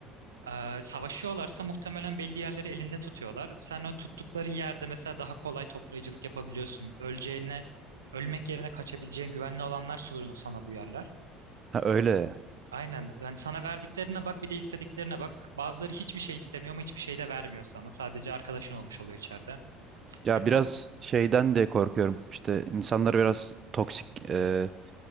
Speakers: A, on the right; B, on the right.
A: ee, savaşıyorlarsa muhtemelen belli yerleri elinde tutuyorlar. Sen o tuttukları yerde mesela daha kolay toplayıcılık yapabiliyorsun. Öleceğine, ölmek yerine kaçabileceğin güvenli alanlar sunuyor sana bu yerler.
B: Ha öyle.
A: Aynen. Yani sana verdiklerine bak, bir de istediklerine bak. Bazıları hiçbir şey istemiyor ama hiçbir şey de vermiyor sana. Sadece arkadaşın olmuş oluyor içeride.
B: Ya
A: Ya bir
B: biraz
A: ko-
B: şeyden de korkuyorum. İşte insanlar biraz toksik, e,